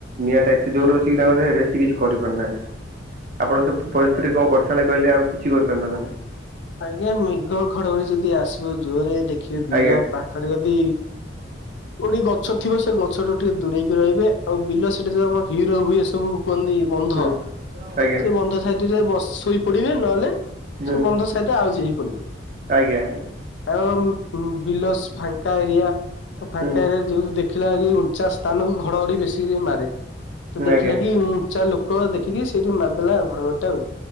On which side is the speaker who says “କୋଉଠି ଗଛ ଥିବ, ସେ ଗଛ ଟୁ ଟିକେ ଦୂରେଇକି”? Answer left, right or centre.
Left